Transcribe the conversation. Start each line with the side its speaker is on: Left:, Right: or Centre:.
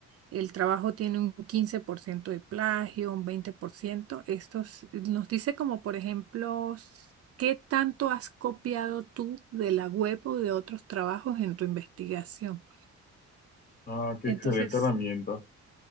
Right: el trabajo tiene un 15% de plagio, un 20%. Esto s- nos dice como, por ejemplo, s- qué tanto has copiado tú de la web o de otros trabajos en tu investigación.
Left: ah, qué
Right: Entonces,
Left: excelente herramienta.